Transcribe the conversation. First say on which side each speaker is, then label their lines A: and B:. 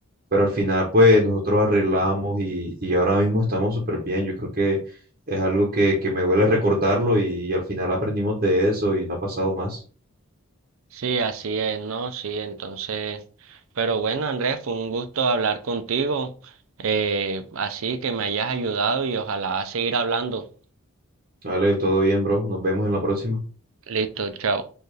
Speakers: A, on the right (about 40°); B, on the right (about 65°).
A: pero al final pues nosotros arreglamos y, y ahora mismo estamos súper bien, yo creo que es algo que, que me duele recordarlo y, al final aprendimos de eso y no ha pasado más.
B: Sí, así es, ¿no? Sí, entonces, pero bueno, Andrés, fue un gusto hablar contigo, eh, así que me hayas ayudado y ojalá seguir hablando.
A: Vale, todo bien, bro, nos vemos en la próxima.
B: Listo, chao.